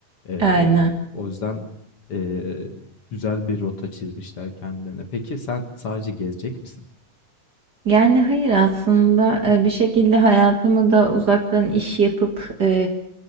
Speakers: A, on the left (about 50°); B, on the right (about 35°).
A: Eee,
B: Aynen.
A: o yüzden, eee, güzel bir rota çizmişler kendilerine. Peki sen sadece gezecek misin?
B: Yani hayır aslında e, bir şekilde hayatımı da uzaktan iş yapıp e,